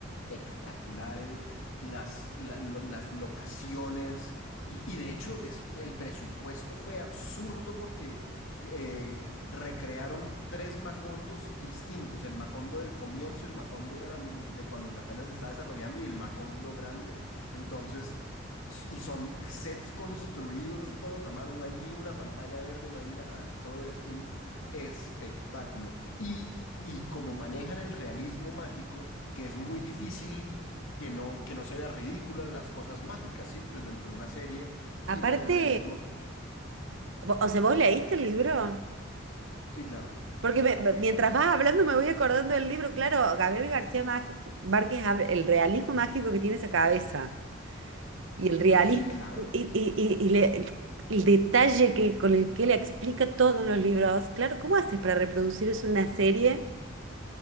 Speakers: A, on the left; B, on the right.
A: espectaculares, las, la- lo- las locaciones y, y de hecho es, el presupuesto fue absurdo porque eh, recrearon tres Macondos distintos, el Macondo del comienzo, el Macondo de, la, de cuando se apenas se está desarrollando y el Macondo grande. Entonces, s- y son sets construidos todos a mano, no hay ni una pantalla verde, no hay nada, es todo es un espectáculo. Y, y como manejan el realismo mágico, que es muy difícil que no, que no se vea ridícula las cosas mágicas, ¿sí? Pues dentro de una serie, y
B: Aparte,
A: pues el realismo,
B: vo- o sea, ¿vos leíste el libro?
A: sí, claro.
B: Porque me- me- mientras vas hablando me voy acordando del libro. Claro, Gabriel García Magi- Márquez, habla- el realismo mágico que tiene esa cabeza y el realismo
A: Sí, claro.
B: y, y- y- y le- el, el detalle que, con el que le explica todo en los libros. Claro, ¿cómo haces para reproducir eso en una serie?